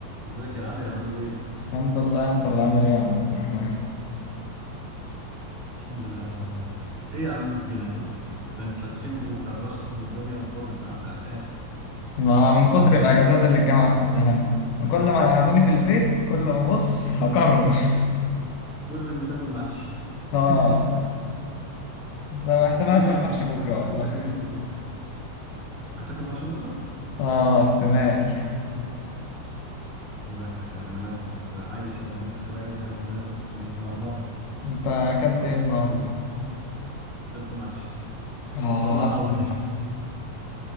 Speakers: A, on the left; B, on the left.
A: ازيك يا علي عامل ايه؟
B: الحمد لله انت اللي عامل ايه يا عم عبد الرحمن
A: الحمد لله والله يا ريس ايه يا عم فينك كده؟ ده انت تخنت وكرشت والدنيا باظت معاك على الاخر
B: ما من كتر الاجازات اللي الجامعه بتدهن كل ما يقعدوني في البيت كل ما بص هكرر
A: كل ما تاكل محشي
B: <laughs> اه
A: <laughs>
B: ده احتمال
A: ايه
B: اكل
A: يا
B: محشي
A: عم كده
B: بكره
A: انت
B: والله
A: بتاكل ايه ده كله؟ هتاكل محشي بكره؟
B: اه احتمال <laughs>
A: يا بختك يا عم ناس عايشة وناس رايقة وناس متمرمطة
B: انت اكلت ايه النهارده
A: انا ما باكلش اكلت محشي
B: اه
A: والله العظيم